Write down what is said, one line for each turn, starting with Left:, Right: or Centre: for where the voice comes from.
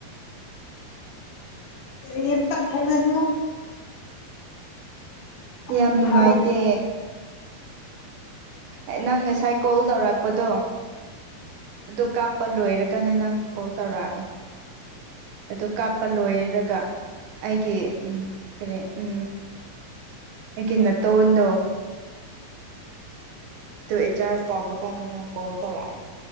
Left: ꯌꯦꯟ ꯄ ꯈꯔꯅ
Right: ꯌꯥꯝ
Left: ꯐꯖꯕ
Right: ꯅꯨꯡꯉꯥꯏꯇꯦ ꯎ ꯅꯪ ꯉꯁꯥꯏ ꯀꯣꯜ ꯇꯧꯔꯛꯄꯗꯣ ꯑꯗꯨ ꯀꯥꯞꯄ ꯂꯣꯏꯔꯦ ꯀꯅꯤ ꯅꯪ ꯀꯣꯜ ꯇꯧꯔꯛꯑꯦ ꯑꯣ ꯀ ꯄꯜꯂꯣꯏꯔꯒ ꯑꯩꯒꯤ ꯀꯔꯤ ꯎ ꯑꯩꯒꯤ ꯅ ꯇꯣꯗꯣ ꯇꯣ ꯏꯆꯥꯔꯖ ꯇꯥꯕ ꯀꯥꯟꯗ ꯅꯪ ꯀꯣꯜ ꯇꯧꯔꯛꯑꯦ